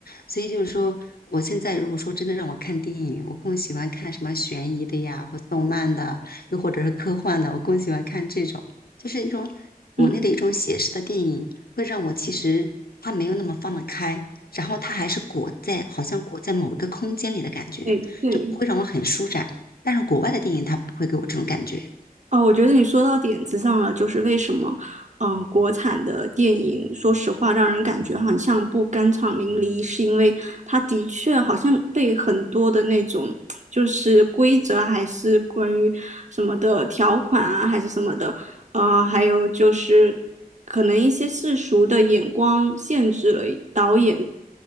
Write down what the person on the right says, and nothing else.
嗯，
对对，
哦，我觉得你说到点子上了，就是为什么，嗯，国产的电影，说实话，让人感觉好像不酣畅淋漓，是因为它的确好像被很多的那种，就是规则还是关于什么的条款啊，还是什么的，呃，还有就是可能一些世俗的眼光限制了导演